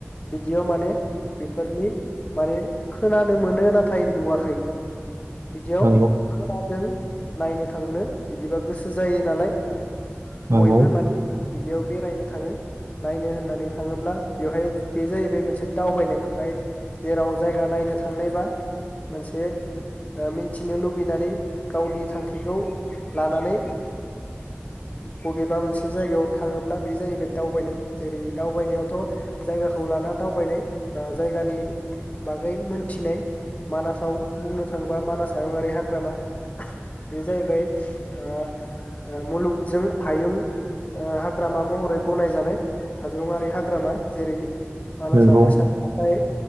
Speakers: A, on the left; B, on the right.
A: बिदियाव माने बेफोरनि माने खोनानो मोनो नाथाय नुवाखै बिदियाव
B: नंगौ
A: खोना <unintelligible> नायनो थांनो बिदिबा गोसो जायो नालाय
B: नंगौ
A: बयबो माने बिदिआव बेरायनो थाङो नायनो होन्नानै थाङोब्ला बेवहाय बे जाहैबाय मोनसे दावबायनाय बाय जेराव जायगा नायनो थांनायबा मोनसे ओ मिन्थिनो ओ लुबैनानै गावनि थांखिखौ लानानै बबेबा मोनसे जायगायाव थाङोब्ला बे जायैबाय दावबायनाय जेरै दावबायनायावथ जायगाखौ लाना दावबायनाय जायगानि बागै मोन्थिनाय मानासाव बुंनो थाङोबा मानास हायुंआारि हाग्रामा बे जायैबाय ओ ओ मुलुगजों हायुं ओ हाग्रामा महरै गनायजानाय हादुङाआरि हाग्रामा जेरै मानासआ
B: नंगौ
A: मोसानि थाखाय